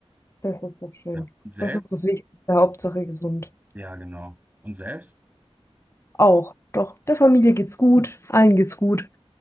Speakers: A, on the left (about 25°); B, on the right (about 15°).
A: Das ist doch schön.
B: Ja. Und selbst?
A: Das ist das Wichtigste, Hauptsache gesund.
B: Ja, genau. Und selbst?
A: Auch, doch, der Familie geht's gut, allen geht's gut.